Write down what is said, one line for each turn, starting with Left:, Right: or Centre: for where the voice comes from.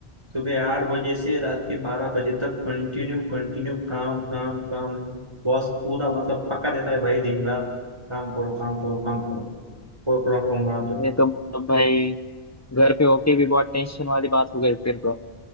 Right: सुबह आठ बजे से रात के बारह बजे तक कंटिन्यू कंटिन्यू काम काम काम बॉस पूरा मतलब पक्का देता है भाई दिन रात काम करो काम करो काम करो कोई प्रॉब्लम रहा तो
Left: ये तो मतलब भाई घर पे होके भी बहुत टेंशन वाली बात हो गई फिर तो